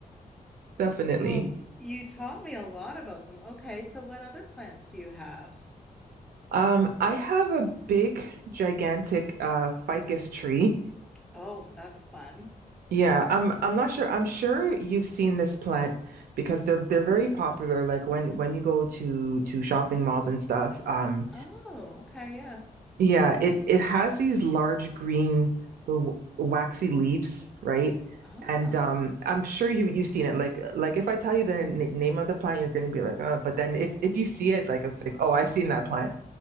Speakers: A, on the right (about 80°); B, in the centre.
A: definitely.
B: Well, you taught me a lot about them. Okay, so what other plants do you have?
A: Um, I have a big, gigantic uh ficus tree.
B: Oh, that's fun.
A: Yeah, I'm I'm not sure. I'm sure you've seen this plant because they're they're very popular. Like when when you go to to shopping malls and stuff. Um,
B: Oh, okay, yeah.
A: yeah, it it has these large green w- waxy leaves, right?
B: Oh,
A: And um, I'm sure you you've seen it. Like like if I tell you the n name of the plant, you're gonna be like, oh. But then if if you see it, like it's like, oh, I've seen that plant.